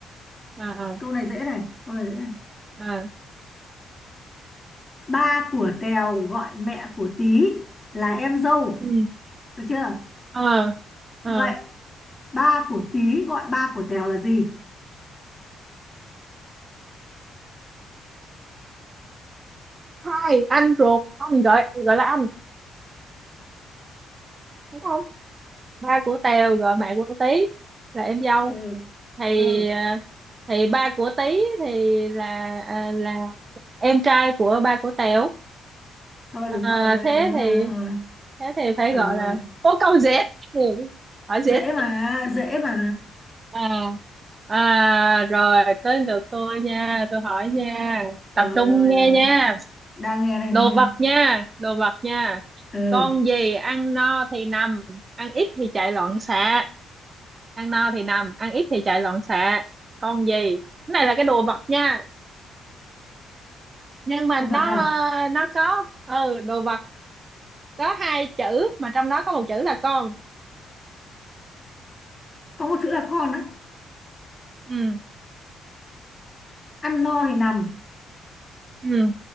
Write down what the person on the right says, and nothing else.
ờ, ờ,
ờ.
Ừ.
Ờ,
ờ.
hai anh ruột không mình gọi gọi là anh đúng không ba của Tèo gọi mẹ của Tí là em dâu
thì
ờ, thì ba của Tí thì là à, là em trai của ba của Tèo
Ờ,
thế
thì
thế thì phải
gọi
là bố câu dễ hỏi
dễ
à à rồi tới lượt tôi nha tôi hỏi nha
tập trung
nghe
nha
đồ
vật
nha đồ vật nha
con gì ăn no thì nằm ăn ít thì chạy loạn xạ ăn no thì nằm ăn ít thì chạy loạn xạ con gì cái này là cái đồ vật nha nhưng mà
nó
ờ, nó có ừ đồ vật có hai chữ mà trong đó có một chữ là con
ừ
ừ